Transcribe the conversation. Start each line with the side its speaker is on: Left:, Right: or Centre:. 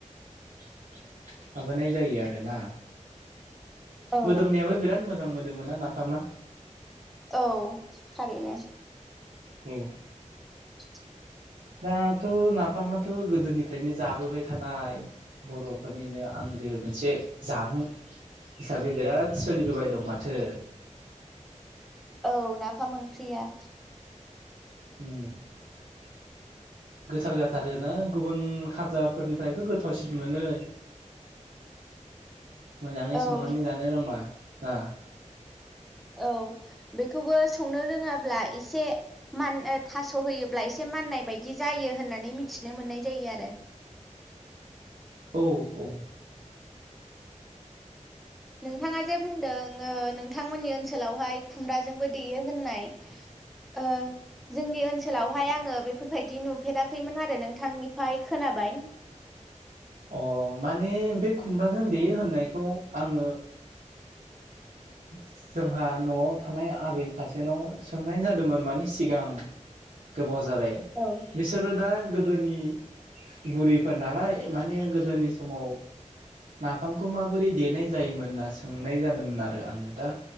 Right: <inaudible> माबानाय जायो आरोना।
Centre: औ
Right: मोदोमनायाबो बिराद मो मोजां मोदोमोना नाफामा।
Centre: औ थारैनो।
Right: औ
Centre: <inaudible>
Right: दाथ' नाफामा थ' गोदोनिफ्रायनो जाबोबाय थानाय बर'फोरनिनो आंगो मोनसे जामुं हिसाबै बिराद सोलिबोबाय दं माथो।
Centre: औ नाफाम ओंख्रिया।
Right: उम <inaudible> गोथाव जाथारोनो गुबुन खाजाफोरनिफ्रायबो गोथावसिन मोनो। मोजाङै
Centre: औ
Right: संनानै जानो रोंबा। आ
Centre: औ बेखौबो संनो रोङाब्ला एसे मान- ओ थास' होयोब्ला एसे माननाय बायदि जायो होननानै मिथिनो मोननाय जायो आरो।
Right: औ औ।
Centre: नोंथाङा जे बुंदों ओ नोंथांमोननि ओनसोलावहाय खुमब्राजोंबो देयो होननाय ओ जोंनि ओनसोलावहाय आङो बेफोरबायदि नुफेराखैमोन आरो नोंथांनिफ्राय खोनाबाय।
Right: अ माने बे खुमब्राजों देयो होननायखौ आङो <inaudible> जोंहा न'आव थानाय आबै सासेनाव सोंनाय जादोंमोन माने सिगां गोबाव जाबाय
Centre: औ
Right: बिसोरो दा गोदोनि बुरिफोर नालाय माने गोदोनि समाव नाफामखौ माबोरै देनाय जायोमोनना सोंनाय जादोंमोन आरो आङो दा